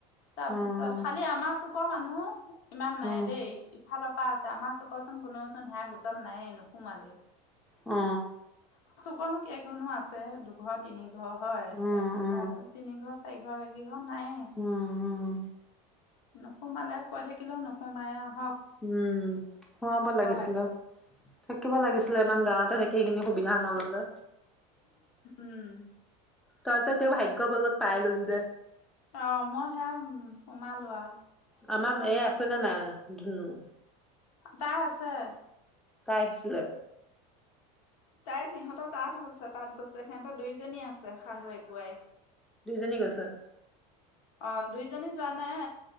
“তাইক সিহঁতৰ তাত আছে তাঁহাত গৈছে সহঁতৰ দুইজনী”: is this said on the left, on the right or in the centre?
Left